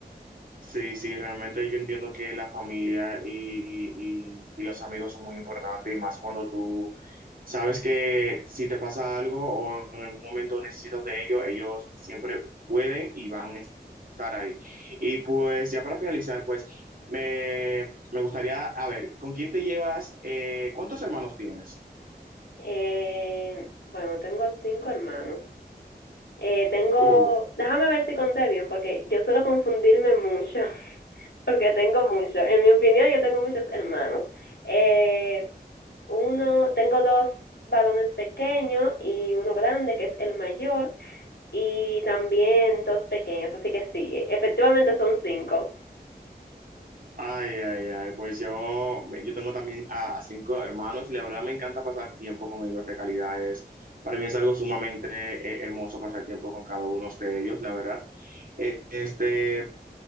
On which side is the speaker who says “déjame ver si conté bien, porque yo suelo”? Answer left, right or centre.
Left